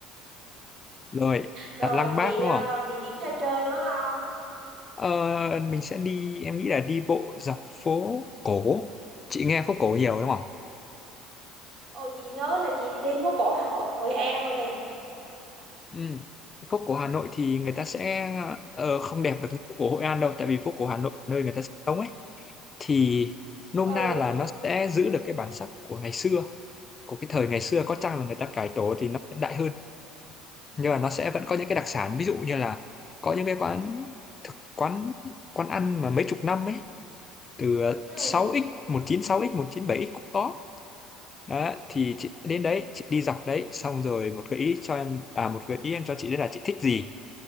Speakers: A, on the left (about 30°); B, on the right (about 50°).
A: Rồi,
B: Rồi
A: à, Lăng Bác
B: vậy
A: đúng
B: à,
A: không?
B: còn địa điểm ra chơi nữa không?
A: Ờ, mình sẽ đi em nghĩ là đi bộ dọc phố cổ chị nghe phố cổ nhiều đúng không
B: Ồ chị nhớ là chị đi phố cổ Hội, Hội An rồi nè.
A: ừ. phố cổ Hà Nội thì người ta sẽ ờ, không đẹp được như phố cổ Hội An đâu tại vì phố cổ Hà Nội là nơi người ta sinh sống ấy thì nôm
B: Ừ,
A: na là nó sẽ giữ được cái bản sắc của ngày xưa của cái thời ngày xưa có chăng là người ta cải tổ thì nó hiện đại hơn nhưng mà nó sẽ vẫn có những cái đặc sản ví dụ như là có những cái quán thực quán quán ăn mà mấy chục năm ấy từ
B: ừ.
A: 6x 196x 197x cũng có đó thì chị đến đấy chị đi dọc đấy xong rồi một gợi ý cho em à một gợi ý em cho chị đấy là chị thích gì